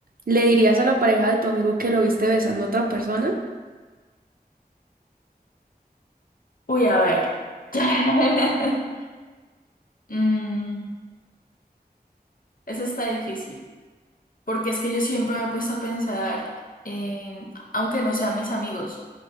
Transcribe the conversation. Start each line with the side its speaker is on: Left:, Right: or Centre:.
Right: ¿Le dirías a la pareja de tu amigo que lo viste besando a otra persona?
Left: Uy, a ver. <laughs> Mm, ese está difícil. Porque es que yo siempre me he puesto a pensar en, aunque no sean mis amigos,